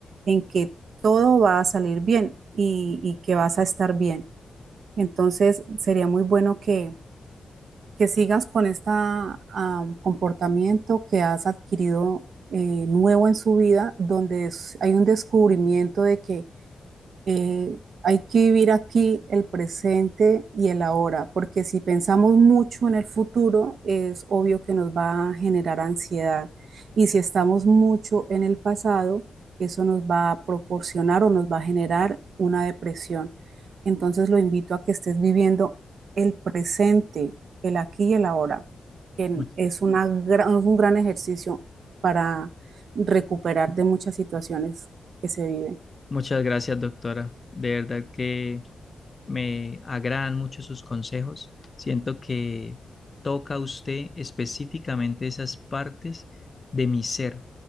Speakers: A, on the right; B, on the left.
A: en que todo va a salir bien y, y que vas a estar bien. Entonces sería muy bueno que, que sigas con este uh, comportamiento que has adquirido eh, nuevo en su vida, donde hay un descubrimiento de que eh, hay que vivir aquí el presente y el ahora, porque si pensamos mucho en el futuro, es obvio que nos va a generar ansiedad. Y si estamos mucho en el pasado, eso nos va a proporcionar o nos va a generar una depresión. Entonces lo invito a que estés viviendo el presente, el aquí y el ahora, que
B: Mu-
A: es una gran- es un gran ejercicio para recuperar de muchas situaciones que se viven.
B: Muchas gracias, doctora. De verdad que... Me agradan mucho sus consejos. Siento que toca usted específicamente esas partes de mi ser.